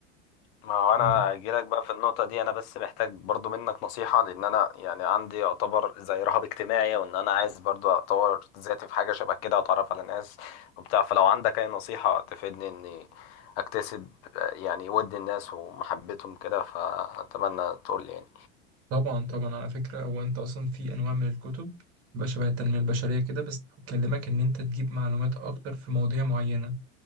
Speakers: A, on the left; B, on the right.
A: ما هو انا
B: ب-
A: اجيلك بقى في النقطه دي انا بس محتاج برضو منك نصيحه لان انا يعني عندي يعتبر زي رهاب اجتماعي وان انا عايز برضو اطور ذاتي في حاجه شبه كده واتعرف على ناس وبتاع فلو عندك اي نصيحه تفيدني اني اكتسب آه، يعني ود الناس ومحبتهم كده فاتمنى تقول لي يعني
B: طبعا طبعا على فكرة هو أنت أصلا في أنواع من الكتب بقى شبه التنمية البشرية كده بس بتكلمك إن أنت تجيب معلومات أكتر في مواضيع معينة